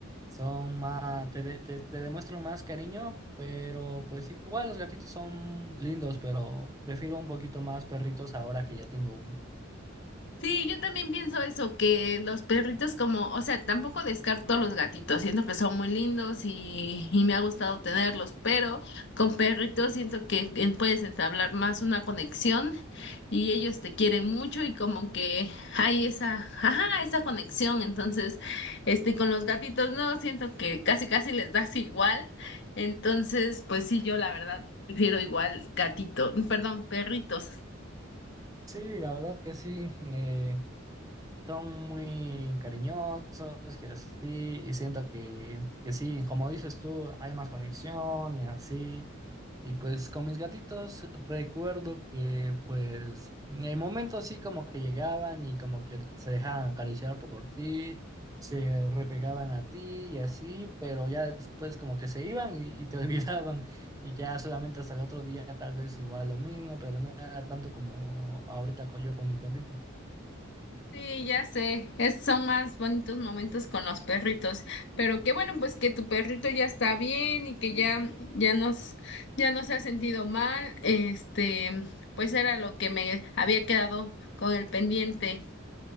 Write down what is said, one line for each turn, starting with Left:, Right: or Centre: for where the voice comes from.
Right: son más, te, de- te, te demuestran más cariño, pero pues igual los gatitos son lindos, pero prefiero un poquito más perritos ahora que ya tengo uno.
Left: Sí, yo también pienso eso, que los perritos como, o sea, tampoco descarto a los gatitos, siento que son muy lindos y, y me ha gustado tenerlos, pero con perritos siento que en- puedes entablar más una conexión y ellos te quieren mucho y como que hay esa, ajá, esa conexión, entonces, este, con los gatitos no, siento que casi casi les das igual, entonces, pues sí, yo la verdad prefiero igual gatito, perdón, perritos.
Right: Sí, la verdad que sí. eh, son muy cariñosos y así, y siento que, que sí, como dices tú, hay más conexión y así. Y pues con mis gatitos recuerdo que pues en momentos sí como que llegaban y como que se dejaban acariciar por ti, se repegaban a ti y así, pero ya después como que se iban y, y te <laughs> olvidaban y ya solamente hasta el otro día tal vez igual lo mismo, pero no era tanto como ahorita co- yo con mi perrito.
Left: Sí, ya sé, es- son más bonitos momentos con los perritos, pero qué bueno pues que tu perrito ya está bien y que ya ya nos ya no se ha sentido mal, este, pues era lo que me había quedado con el pendiente.